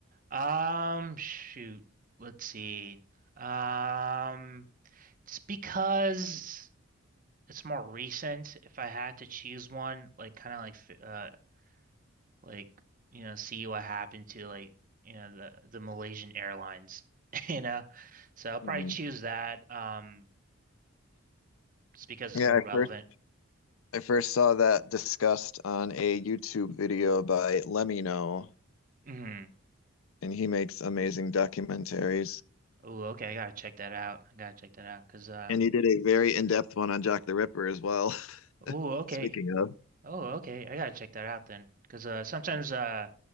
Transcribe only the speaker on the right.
That, um, shoot. Let's see. Um, it's because it's more recent. If I had to choose one, like kind of like f- uh, like you know, see what happened to like you know the the Malaysian Airlines, <laughs> you know. So I'll probably
choose that. Um, just because it's
more
relevant.
Mm.
Oh, okay. I gotta check that out. I gotta check that out because um.
Oh, okay.
Oh, okay. I gotta check that out then, because uh, sometimes uh,